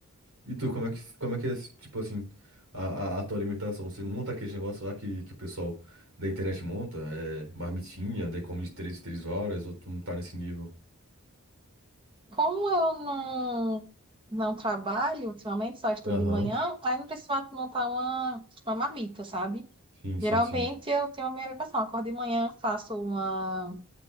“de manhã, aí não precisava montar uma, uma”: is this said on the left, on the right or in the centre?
Right